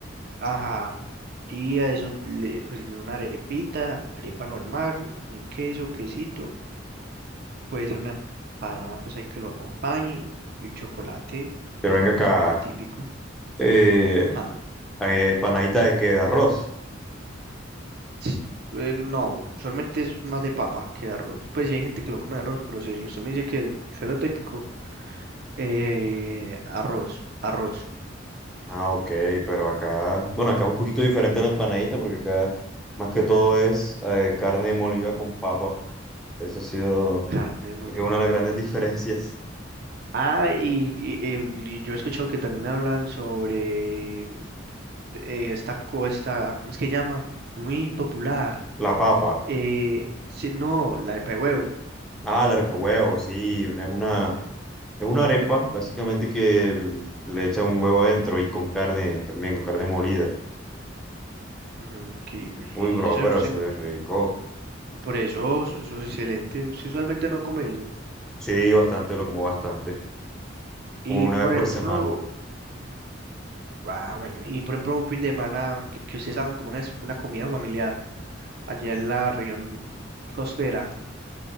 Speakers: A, on the right (about 55°); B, in the centre.
A: ajá, y a eso le pues en una arepita, arepa normal, un queso, quesito, pues una empanada, pues hay que lo acompañe, y un chocolate, eso
B: Pero venga
A: acá
B: acá.
A: lo típico.
B: Eh,
A: Ajá.
B: eh, empanadita de qué, de arroz.
A: s- Eh, no, solamente es más de papa que de arroz. Pues sí hay gente que lo come de arroz, pero si usted me dice que, que es lo típico, eh, arroz, arroz,
B: Ah, ok, pero acá, bueno, acá es un poquito diferente la empanadita porque acá más que todo es eh, carne molida con papa. Eso ha sido
A: carne molida.
B: lo que es una de las grandes <laughs> diferencias.
A: Ah, y, y- em, y yo he escuchado que también hablan sobre mm, eh, esta costa, ¿cómo es que llama? Es muy popular.
B: La papa.
A: Eh, sí, no, la de pa' huevo.
B: Ah, la arepa de huevo, sí, una- es una, es una arepa básicamente que l- le echan un huevo dentro y con carne también, con carne molida.
A: Ujú, que,
B: Uy,
A: y
B: bro,
A: eso
B: pero
A: usted,
B: eso es rico.
A: por eso, eso es excelente. Usted usualmente no come eso.
B: Sí, bastante, lo como bastante,
A: Y
B: como una
A: por
B: vez por
A: ejemplo,
B: semana.
A: ah, bueno, y por ejemplo, un fin de semana que, que ustedes hagan como una, una comida familiar allá en la región costera.